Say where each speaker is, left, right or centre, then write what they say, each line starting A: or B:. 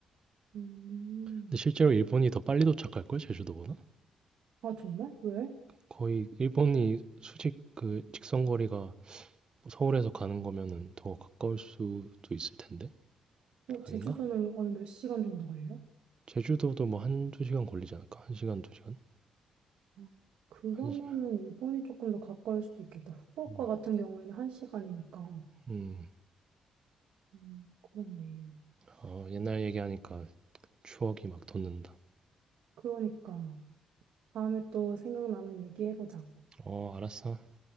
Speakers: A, on the right (about 80°); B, on the right (about 40°).
A: 음.
B: 근데 실제로 일본이 더 빨리 도착할걸, 제주도보다?
A: 아, 정말? 왜?
B: 거의 일본이 수직 그 직선 거리가 서울에서 가는 거면은 더 가까울 수도 있을 텐데?
A: 어, 제주도는
B: 아닌가?
A: 얼 몇 시간 정도 걸려?
B: 제주도도 뭐 한두 시간 걸리지 않을까? 한 시간, 두 시간?
A: 어, 그러면은
B: 한 시간.
A: 일본이 조금 더 가까울 수도 있겠다. 후쿠오카
B: 음,
A: 같은 경우에는 한 시간이니까.
B: 음.
A: 음, 그러네.
B: 어, 옛날 얘기하니까 추억이 막 돋는다.
A: 그러니까. 다음에 또 생각나면 얘기해보자.
B: 어, 알았어.